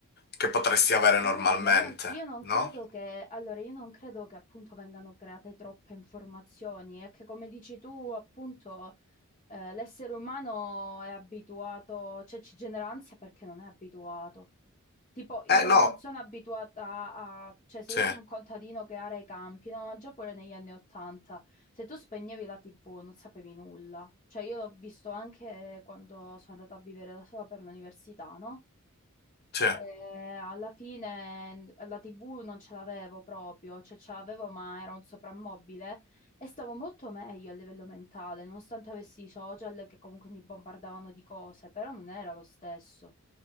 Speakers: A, on the left; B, on the left.
A: che potresti
B: Eh,
A: avere normalmente,
B: no, ma io, io non
A: no?
B: credo che, allora, io non credo che appunto vengano create troppe informazioni, è che come dici tu, appunto... Eh, l'essere umano è abituato, cioè ci genera ansia perché non è abituato. Tipo, io
A: Eh no,
B: non sono abituata a, cioè se
A: sì,
B: io sono un contadino che ara i campi, no, ma già pure negli anni Ottanta, se tu spegnevi la TV non sapevi nulla. Cioè io l'ho visto anche quando sono andata a vivere da sola per l'università, no?
A: sì.
B: Eh, alla fine n- la TV non ce l'avevo proprio, cioè ce l'avevo ma era un soprammobile e stavo molto meglio a livello mentale, nonostante avessi i social che comunque mi bombardavano di cose, però non era lo stesso.